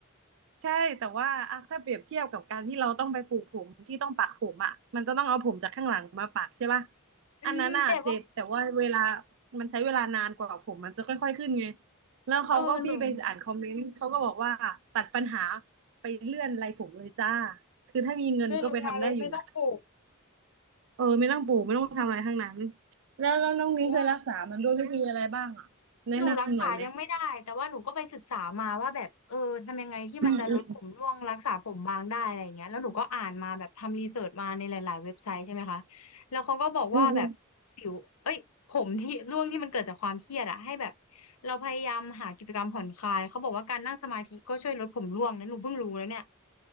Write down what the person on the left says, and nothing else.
อืมแต่ว่า
เออหนู
เลื่อนลงมาเลยไม่ต้องปลูก
หัว หนูรักษายังไม่ได้แต่ว่าหนูก็ไปศึกษามาว่าแบบเออทำยังไงที่มันจะลดผมร่วงรักษาผมบางได้อะไรอย่างเงี้ยแล้วหนูก็อ่านมาแบบทำรีเสิร์ชมาในหลาย
ๆ เว็บไซต์ใช่ไหมคะแล้วเขาก็บอกว่าแบบสิวเอ้ยผมที่ร่วงที่มันเกิดจากความเครียดอะให้แบบ
เราพยายามหากิจกรรมผ่อนคลายเขาบอกว่าการนั่งสมาธิก็ช่วยลดผมร่วงนะหนูเพิ่งรู้แล้วเนี่ย